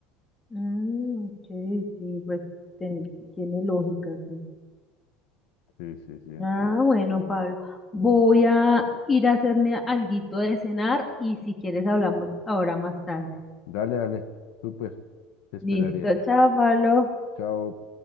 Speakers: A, on the left; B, on the left.
A: Mm, ok, sí, pues ten- tiene lógica, sí.
B: Sí, sí, sí, entonces,
A: Ah, bueno, Pablo, voy a ir a hacerme alguito de cenar y si quieres hablamos ahora más tarde.
B: dale, dale, súper, te esperaría.
A: Listo, chao, Pablo.
B: Chao.